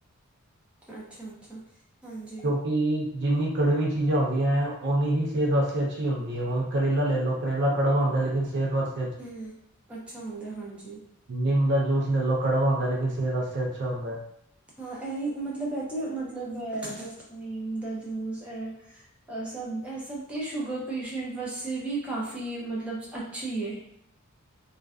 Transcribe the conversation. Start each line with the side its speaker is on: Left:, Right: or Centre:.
Centre: ਅੱਛਾ-ਅੱਛਾ, ਹਾਂਜੀ।
Right: ਕਿ ਜਿੰਨੀ ਕੜਵੀ ਚੀਜ਼ਾਂ ਹੁੰਦੀਐਂ, ਓੱਨੀ ਹੀ ਸੇਤ ਵਾਸਤੇ ਅੱਛੀ ਹੁੰਦੀ ਐ, ਹੁਨ ਕਰੇਲਾ ਲੈ ਲੋ ਕਰੇਲਾ ਕੜਵਾ ਹੁੰਦੈ ਲੇਕਿਨ ਸੇਤ ਵਾਸ
Centre: ਹੂੰ, ਅੱਛਾ ਹੁੰਦੈ, ਹਾਂਜੀ।
Right: ਨਿੰਮ ਦਾ ਜੂਸ ਲੈ ਲੋ ਕੜਵਾ ਹੁੰਦੈ ਲੇਕਿਨ ਸੇਤ ਆਸਤੇ ਅੱਛਾ ਹੁੰਦੈ।
Centre: ਹਾਂ, ਐਈ ਮਤਲਬ ਐ ਤੇ ਮਤਲਬ ਜੋ ਨੀਮ ਦਾ ਜੂਸ ਐ ਅ ਸਬ ਐ ਸਬ ਤੇ ਸ਼ੂਗਰ ਪੇਸ਼ੈਂਟ ਵਾਸਤੇ ਵੀ ਕਾਫੀ ਏ ਮਤਲਬ ਅੱਛੀ ਏ।